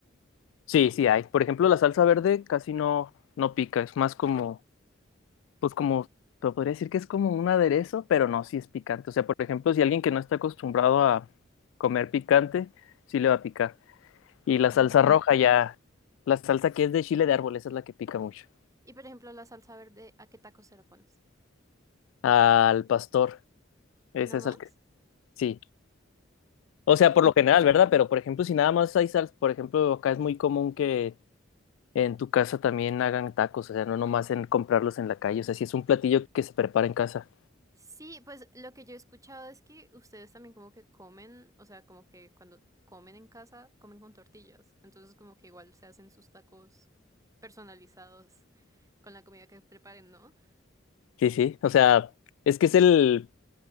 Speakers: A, on the left; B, on the right.
A: Sí, sí hay. Por ejemplo, la salsa verde casi no, no pica, es más como, pues como, te podría decir que es como un aderezo, pero no, sí es picante. O sea, por ejemplo, si alguien que no está acostumbrado a comer picante, sí le va a picar. Y la salsa
B: Mm.
A: Mm. roja ya, la salsa que es de chile de árbol, esa es la que pica mucho.
B: Y por ejemplo, la salsa verde, ¿a qué tacos se la pones?
A: Al pastor, ese
B: ¿Y no más?
A: es el que, sí.
B: Ok.
A: O sea, por lo general, ¿verdad? Pero por ejemplo, si nada más hay salsa, por ejemplo, acá es muy común que en tu casa también hagan tacos, o sea, no nomás en comprarlos en la calle, o sea, si es un platillo que se prepara en casa.
B: Sí, pues lo que yo he escuchado es que ustedes también como que comen, o sea, como que cuando comen en casa, comen con tortillas. Entonces como que igual se hacen sus tacos personalizados con la comida que preparen, ¿no?
A: Sí, sí, o sea, es que es el,